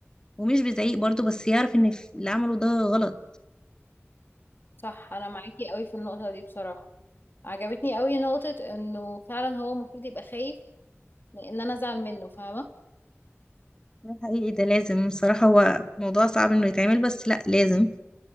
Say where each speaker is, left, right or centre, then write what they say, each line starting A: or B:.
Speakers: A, on the left (about 15°); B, on the left (about 50°).
A: ومش بزعيق برضه بس يعرف ان اللي عمله ده غلط
B: صح انا معاكي قوي في النقطة دي بصراحة عجبتني قوي نقطة انه فعلا هو المفروض يبقى خايف من ان انا ازعل منه فاهمة
A: ده حقيقي ده لازم بصراحة هو موضوع صعب انه يتعمل بس لا لازم